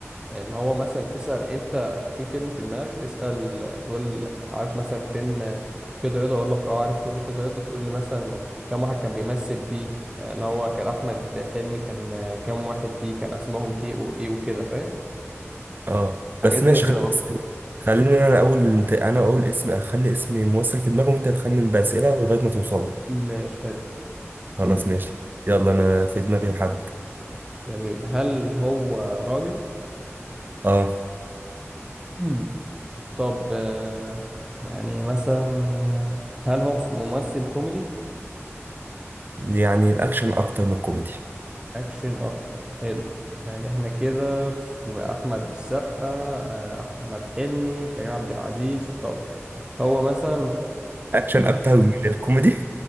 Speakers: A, on the right; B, on the right.
A: اللي هو مثلا تسال انت في فيلم في دماغك تسال تقول عارف مثلا فيلم كده رضا اقول لك اه عارف فيلم كده رضا تقول لي مثلا كم واحد كان بيمثل فيه آه، اللي هو كان احمد حلمي كان آه، كم واحد فيه كان اسمهم كي وايه وكده فاهم
B: اه
A: حاجات
B: بس ماشي
A: زي كده
B: خلاص
A: برضو
B: خليني انا اقول انت انا اقول اسم اخلي اسم ممثل في دماغي وانت تخمن بأسئلة لغاية ما توصل له
A: ماشي حلو
B: خلاص
A: <clears throat>
B: ماشي يلا انا في دماغي حد
A: جميل هل هو راجل
B: اه
A: <clears throat> طب آه، يعني مثلا آه، هل هو مس- ممثل كوميدي
B: يعني الاكشن اكتر من الكوميدي
A: اكشن اكتر حلو يعني احنا كده في احمد السقا آه، احمد حلمي كريم عبد العزيز طب هو مثلا
B: اكشن
A: <clears throat>
B: اكتر من الكوميدي